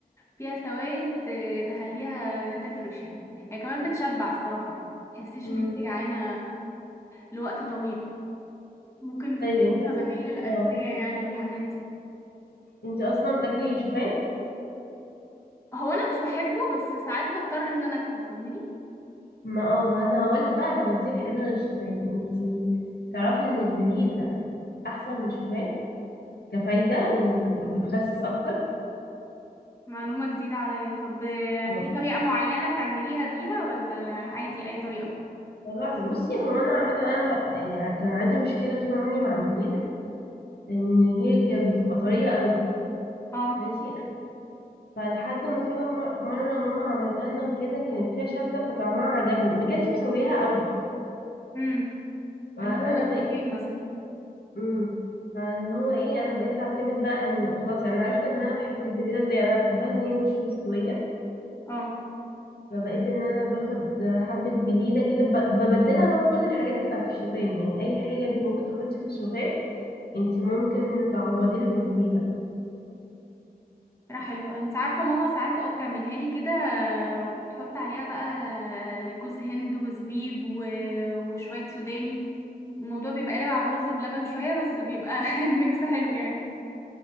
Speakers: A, on the left; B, on the left.
A: فيها سوائل ت- تخليها تفرش يعني هي كمان بتشبع الصراحة تحسيش
B: مم.
A: ان انت جعانة لوقت طويل ممكن نستخدمها
B: طيب انتي أص...
A: بديل للأدوية
B: اه
A: يعني والحاجات دي
B: انتي اصلا بتاكلي شوفان
A: هو انا مش بحبه بس ساعات بضطر ان انا اكله فاهماني
B: ما اه ما انا هقولك بقى على بديل حلو للشوفان انتي تعرفي ان البليلة احسن من الشوفان كفايدة وبتخسس اكتر
A: معلومة جديدة عليا طب آه،
B: والله
A: في طريقة معينة تعمليها بيها ولا عادي أي طريقة
B: العظيم بصي هو انا عامة انا ما- يعني كان عندي مشكلة طول عمري مع البليلة ان هي كانت بتبقى طرية قوي
A: اه
B: ماشي فلحد ما في مر- مرة ماما عملتها لنا وكده كانت فيها شدة فطعمها عجبني ما كانتش مسويها قوي
A: امم
B: فانا
A: اللي هو الوتين
B: بقيت
A: مثلا
B: امم اللي هو ايه انا بقيت اعتمد بقى ان خلاص يعني انا عرفت ان انا بحب البليلة زي انا بحبها ان هي مش مستوية
A: اه
B: فبقيت ان انا باخد حبة بليلة كده ب- ببدلها بقى بكل الحاجات بتاعة الشوفان يعني اي حاجة انت ممكن تحطي في الشوفان انت ممكن تعوضيها بالبليلة
A: فكرة حلوة انت عارفة ماما ساعات اه بتعملها لي كده آه، وبتحط عليها بقى آه، جوز هند وزبيب و... وشوية سوداني الموضوع بيبقى قلب على رز بلبن شوية بس بيبقى <laughs> الميكس حلو يعني